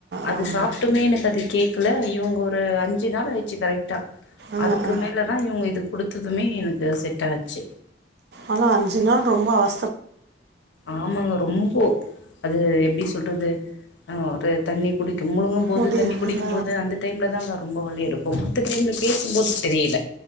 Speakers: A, on the left; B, on the right.
A: அது
B: ஆ ஆ
A: சாப்ட்டுமே எனக்கு அது கேக்கல இவுங்க ஒரு அஞ்சு நாள் ஆயிடுச்சு கரெக்டா
B: ஆ
A: அதுக்கு
B: ஆ
A: மேலதா இவுங்க இது குடுத்ததுமே எனக்கு செட்டாச்சு
B: ஆனா அஞ்சு நாள் ரொம்ப அவ்
A: ஆமாங்க ரொம்ப அது எப்பிடி சொ சொல்றது அ ஒரு தண்ணி குடிக் கிம்பலுங்கம் போது
B: முடியல
A: தண்ணி குடிக்கும் போது அந்த டைம்ல தா அங்க ரொம்ப வழி இருக்கும் மத்த டைம்ல பேசும்போது தெரியல